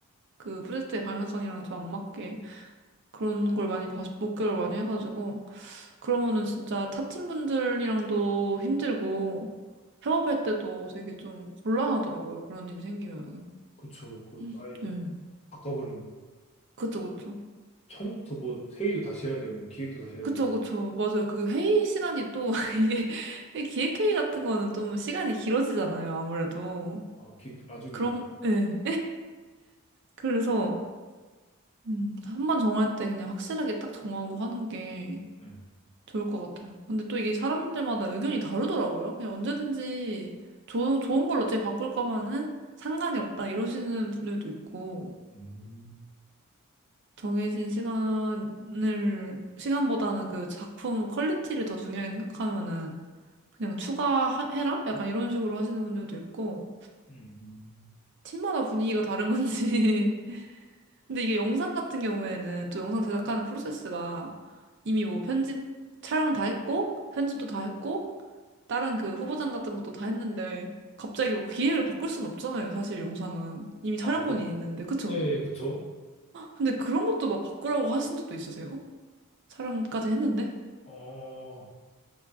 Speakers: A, on the right; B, on the left.
A: 그 프로젝트의 방향성이랑 좀 안 맞게. 그런 걸 많이 봐서 목격을 많이 해가지고 그러면은 진짜 타팀 분들이랑도 힘들고 협업할 때도 되게 좀 곤란하더라고요. 그런 일이 생기면은.
B: 그쵸. 그
A: 음.
B: 아예
A: 네.
B: 뭐 바꿔버리면
A: 그쵸, 그쵸.
B: 처음부터 뭐 회의도 다시 해야 되고 기획도 다시 해야
A: 그쵸,
B: 되고
A: 그쵸. 맞아요. 그 회의 시간이 또 <laughs> 이게 회의 기획회의 같은 거는 좀 시간이 길어지잖아요. 아무래도.
B: 아, 기, 아주 길죠.
A: 그런, 예. 그래서 음, 한 번 정할 때 그냥 확실하게 딱 정하고 하는 게
B: 네.
A: 좋을 것 같아요. 근데 또 이게 사람들마다 의견이 다르더라고요. 그냥 언제든지 좋은, 좋은 걸로 어차피 바꿀 거면은 상관이 없다 이러시는 분들도 있고,
B: 음,
A: 정해진 시간을, 시간보다는 그 작품 퀄리티를 더 중요하게 생각하면은 그냥 추가해라? 약간 이런 식으로 하시는 분들도 있고,
B: 음.
A: 팀마다 분위기가 다른 건지. <laughs> 근데 이게 영상 같은 경우에는 또 영상 제작하는 프로세스가 이미 뭐 편집, 촬영 다 했고, 편집도 다 했고, 다른 그 후보장 같은 것도 다 했는데 갑자기 뭐 기획을 바꿀 순 없잖아요. 사실 영상은 이미 촬영본이
B: 아, 바꿔.
A: 있는데 그쵸?
B: 네, 예, 그쵸.
A: 근데 그런 것도 막 바꾸라고 하신 적도 있으세요? 촬영까지 했는데?
B: 어,